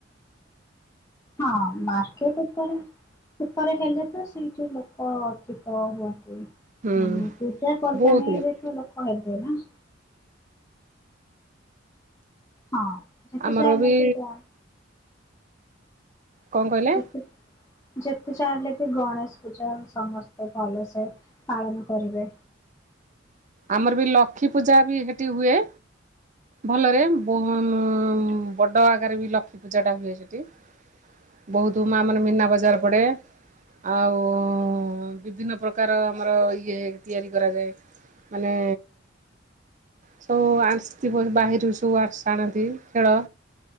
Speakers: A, on the left; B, on the right.
A: ହଁ ମାର୍କେଟ ଉପରେ ଉପରେ ହେଲେ ତ ସେଇଠି ଲୋକ ଅଧିକ ହୁଅନ୍ତି।
B: ହୁଁ
A: ମାନେ ପୂଜା ପର୍ବାଣୀ
B: ବହୁତ ଲୋକ
A: ରେ ତ ଲୋକ ହେବେ ନା। ହଁ ଯେତେ
B: ଆମର
A: ସୋୟା ହେଲେବି
B: ବି
A: କମ୍।
B: କଣ କହିଲେ
A: ଯେତେ ଯେତେ ଯାହା ହେଲେବି ଗଣେଶ ପୂଜା ସମସ୍ତେ ଭଲସେ ପାଳନ କରିବେ।
B: ଆମର ବି ଲଖୀ ପୂଜା ବି ସେଠି ହୁଏ। ଭଲରେ ବ-ଅ ବଡ ଆକାରେ ବି ଲକ୍ଷ୍ମୀ ପୂଜା ଟା ହୁଏ ସେଠି। ବହୁତ ମା ମାନେ ମିନା ବଜାର ପଡେ ଆଉ ବିଭିନ୍ନ ପ୍ର ପ୍ରକାର ଆମର ଇଏ ତିଆରି କରାଯାଏ ମାନେ ସବୁ ଆସିଥିବ ବାହିରୁ ସବୁ ଆସି ଆଣନ୍ତି ଖେଳ